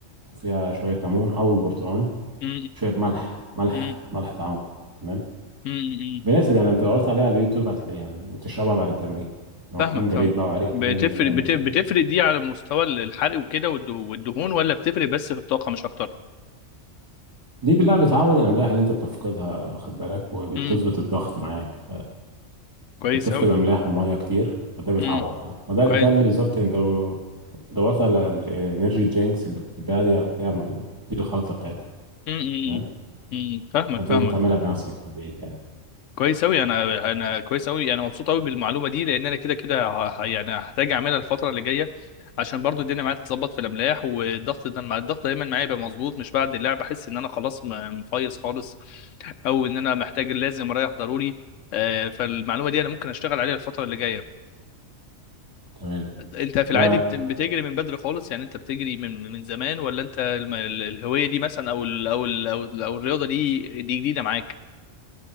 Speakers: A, on the right; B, on the left.
A: وفيها شوية ليمون أو برتقال
B: م.
A: شوية ملح ملح
B: م- م.
A: ملح طعام تمام؟
B: م- م.
A: بيناسب يعني انت لو دورت عليها على اليوتيوب هتلاقيه يعني وبتشربها بعد التمرين لما
B: فاهمك
A: تكون جريت
B: فاهمك
A: بقى وعرقت
B: بتفرق
A: جامد جامد
B: بت-
A: جامد
B: بتفرق
A: يعني
B: دي على مستوى الحرق وكده والده- والدهون ولا بتفرق بس في الطاقة مش أكتر؟
A: دي بالله بتعوض الأملاح اللي انت بتفقدها واخد بالك وبتظبط
B: امم
A: الضغط معاك
B: كويس
A: انت بتفقد
B: أوي
A: املاح وميه كتير فده بيتعوض
B: امم
A: يعني ما ده
B: كويس
A: ده اللي بالظبط انت لو دورت على الانرجي درينكس اللي بتتباع دي هتلاقيها م- دي الخلطه بتاعتها
B: امم امم امم.
A: تمام
B: امم. فاهمك
A: انت
B: فاهمك
A: ممكن تعملها بنفسك في البيت يعني
B: كويس أوي أنا أنا كويس أوي أنا مبسوط أوي بالمعلومة دي لأن أنا كده كده ه- يعني هحتاج أعملها الفترة اللي جاية عشان برضو الدنيا معايا تتظبط في الأملاح والضغط ده مع الضغط دايما معايا يبقى مظبوط مش بعد اللعب أحس إن أنا خلاص م- مفيص خالص أو إن أنا محتاج لازم أريح ضروري آه، فالمعلومة دي أنا ممكن أشتغل عليها الفترة اللي جاية
A: تمام
B: انت في
A: ك...
B: العادي بت- بتجري من بدري خالص يعني انت بتجري من من زمان ولا انت الم- ال- الهوية دي مثلا او ال او ال او, ال أو الرياضة دي دي جديدة معاك